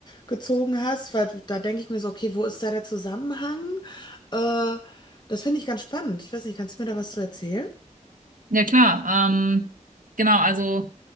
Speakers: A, on the left; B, on the right.
A: gezogen hast, weil da denke ich mir so, okay, wo ist da der Zusammenhang? Äh, das finde ich ganz spannend. Ich weiß nicht, kannst du mir da was zu erzählen?
B: ja klar. Ähm, genau, also